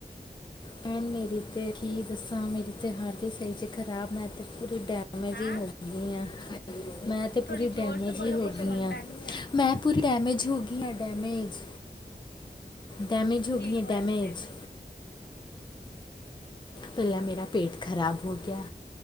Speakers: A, on the left; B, on the left.
A: ਭੈਣ ਮੇਰੀ ਤੇ ਕੀ ਦੱਸਾਂ ਮੇਰੀ ਤੇ ਹਰ ਸਹੀ ਚ ਖ਼ਰਾਬ ਮੈਂ ਤੇ ਪੂਰੀ ਡੈਮੇਜ
B: ਹਾਂ
A: ਹੀ ਹੋ ਗਈ ਆ। ਮੈਂ ਤੇ
B: ਥੋੜੀ
A: ਪੂਰੀ ਡੈਮੇਜ
B: ਜ਼ੋਰ ਸੇ
A: ਹੀ
B: ਬੋਲੋ
A: ਹੋ
B: ਕੁਛ
A: ਗਈ
B: ਸੁਣਦਾ
A: ਹੈ,
B: ਨੀ ਆ
A: ਮੈਂ ਪੂਰੀ ਡੈਮੇਜ ਹੋ ਗਈ ਹ ਡੈਮੇਜ।
B: <inaudible>
A: ਡੈਮੇਜ ਹੋ
B: ਕੀ
A: ਗਈ ਆ
B: ਹੋਇਆ
A: ਡੈਮੇਜ
B: ਸਿਰ ਨੂੰ,
A: ਪਹਿਲਾਂ ਮੇਰਾ ਪੇਟ ਖ਼ਰਾਬ ਹੋ ਗਿਆ